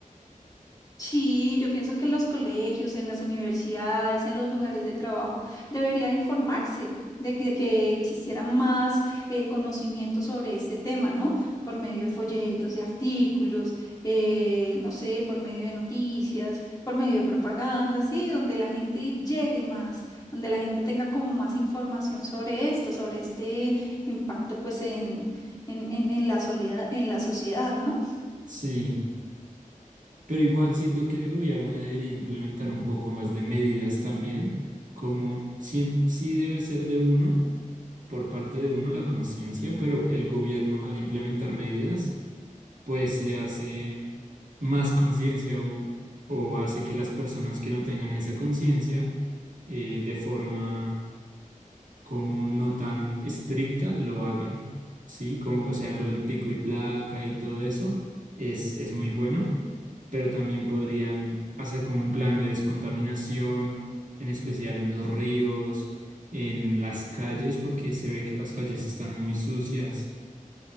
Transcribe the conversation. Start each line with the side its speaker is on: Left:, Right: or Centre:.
Left: Sí, yo pienso que en los colegios, en las universidades, en los lugares de trabajo, debería informarse de, de que existiera más eh, conocimiento sobre este tema, ¿no? Por medio de folletos, de artículos, eh, no sé, por medio de noticias, por medio de propaganda, sí, donde la gente llegue más, donde la gente tenga como más información sobre esto, sobre este impacto, pues, en, en, en, en la solida- en la sociedad, ¿no?
Right: sí. Pero igual siento que el gobierno debería implementar un poco más de medidas también, como sí, sí debe ser de uno, por parte de uno la conciencia, pero el gobierno al implementar medidas, pues le hace más conciencia aún o hace que las personas que no tengan esa conciencia eh, de forma como no tan estricta lo hagan, ¿sí? Como, o sea, lo del pico y placa y todo eso es, es muy bueno, pero también podrían hacer como un plan de descontaminación, en especial en los ríos, en las calles, porque se ve que las calles están muy sucias.